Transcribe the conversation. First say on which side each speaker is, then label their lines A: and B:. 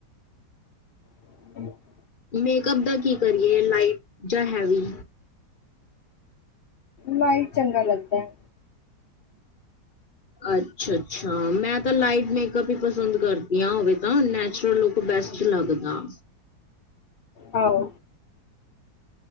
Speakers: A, on the left; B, on the left.
A: <unintelligible>
B: ਮੇਕਅਪ ਦਾ ਕੀ ਕਰੀਏ। ਲਾਈਟ ਜਾਂ ਹੈਵੀ?
A: ਲਾਈਟ ਚੰਗਾ ਲੱਗਦਾ ਐ।
B: ਅੱਛਾ ਅੱਛਾ ਮੈਂ ਤਾਂ ਲਾਈਟ ਮੇਕਅਪ ਈ ਪਸੰਦ ਕਰਦੀ ਆ ਓਵੇ ਤਾਂ ਨੈਚੁਰਲ ਲੁੱਕ ਬੈਸਟ ਲੱਗਦਾ।
A: ਆਹੋ।